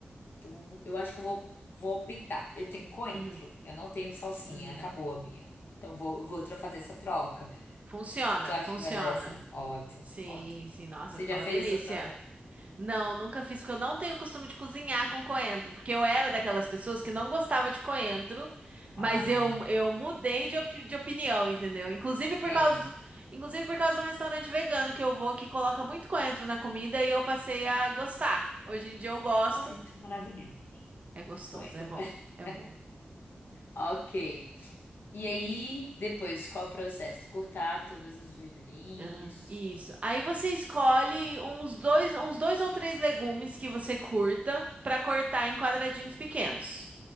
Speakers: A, on the left (about 80°); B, on the right (about 40°).
A: então, eu acho que eu vou, vou optar. Eu tenho coentro,
B: Uhum.
A: eu não tenho salsinha,
B: Uhum.
A: acabou a minha. Então, vou, eu vou tra- fazer essa troca.
B: Funciona,
A: Tu acha
B: funciona.
A: que vai dar essa? Ótimo,
B: Sim,
A: ótimo.
B: sim, nossa,
A: Você
B: vai ficar
A: já
B: uma
A: fez
B: delícia.
A: essa troca?
B: Não, nunca fiz, porque eu não tenho costume de cozinhar com coentro, porque eu era daquelas pessoas que não gostava de coentro,
A: Ah,
B: mas eu, eu mudei de, opi- de opinião, entendeu? Inclusive por
A: vendo?
B: causa do, inclusive por causa de um restaurante vegano que eu vou que coloca muito coentro na comida e eu passei a gostar. Hoje em dia eu gosto.
A: Coentro, maravilhoso.
B: É gostoso,
A: Coentro.
B: é bom,
A: <laughs>
B: é bom.
A: Ok. E aí, depois, qual o processo? Cortar todas as verdurinhas.
B: Ah, isso. Aí você escolhe uns dois, uns dois ou três legumes que você curta pra cortar em quadradinhos pequenos.